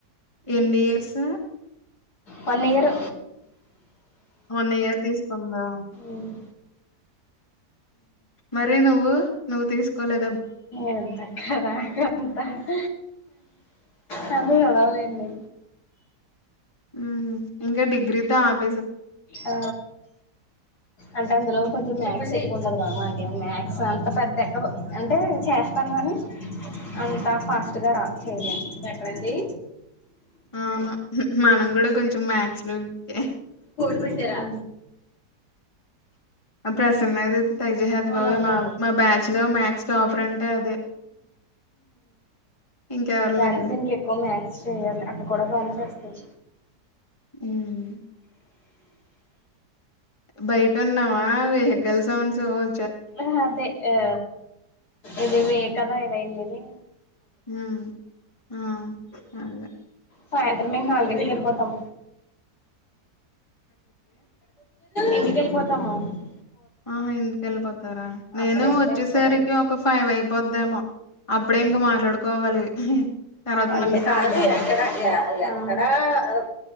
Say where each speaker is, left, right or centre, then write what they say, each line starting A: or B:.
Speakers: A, on the left; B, on the left.
A: ఎన్ని years
B: one year
A: one year తీసుకుందా
B: ఉమ్
A: మరీ నువ్వు నువ్వు తీసుకోలే
B: ఎంత అక్క దాకంత అంత చదవలేనులె
A: మ్.. ఇంకా డిగ్రీతో ఆప్
B: ఆ అంటే అందులో
A: మ్మ్
B: కొంచెం మ్యాథ్స్ ఎక్కువ ఉం ది మాకే మొ మ్యాక్స్ అంత పెద్ద ఎక్కదు అంటే చేస్తాను గానీ అంతా ఫాస్ట్ గ రాదు సరే ఎక్కడండీ
A: ఆ మనం కూడా కొంచెం మ్యాథ్స్ లో వీకె
B: పెట్టెరా
A: అప్పుడుసన్నది తెగజెహెద్ది
B: ఆ
A: బాబొయ్
B: ఆ
A: మ బ్యాచ్ లో మ్యాథ్స్ టాపర్ అంటే అదే ఇంకెవరు
B: దానికి
A: లేరు
B: దీనికి ఎక్కువ మ్యాథ్స్ చేయాలి అక్క కూడా బానే చేస్తది
A: మ్మ్. బయట ఉన్నావా వెహికల్ సౌండ్స్ అవి
B: ఆ అదే ఆ ఇది వే కదా ఇలా ఎల్లేది
A: హ.. ఆ... అదే
B: సాయంత్రం మేము నాలుగింటికి వెళ్ళిపోతాం ఇంటికెలిపోతా మ <unintelligible>
A: ఆహ ఇంటిక వెళ్ళిపోతారా నేను
B: అప్పుడైతే
A: వచ్చేసరికి
B: కూడా
A: ఒక ఫైవ్ అయి పొద్దెమొ అప్పుడే ఇంక మాట్లాడుకోవాలి <unintelligible>
B: అంతే
A: మళ్ళీ
B: కాదు
A: ఖాళీ ఉం
B: ఎడక్క
A: హ్మ్.
B: అ ఆ ప